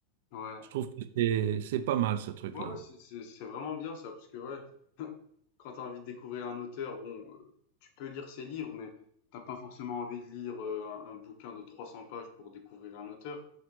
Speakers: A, on the left (about 50°); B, on the right (about 70°).
A: Ouais.
B: Je trouve que c'est c'est pas mal ce truc-là.
A: Ouais, ouais, c'est c'est- c'est vraiment bien ça, parce que ouais, quand tu as envie de découvrir un auteur, bon, euh, tu peux lire ses livres, mais t'as pas forcément envie de lire euh, un, un bouquin de 300 pages pour découvrir un auteur.